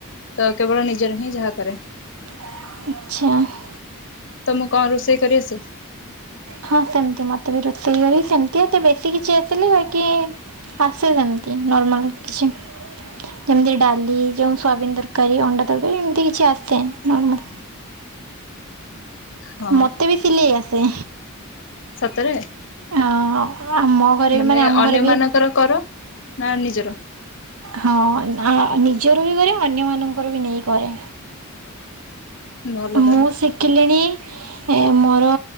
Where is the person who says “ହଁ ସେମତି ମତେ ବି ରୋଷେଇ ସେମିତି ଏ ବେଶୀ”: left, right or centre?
Right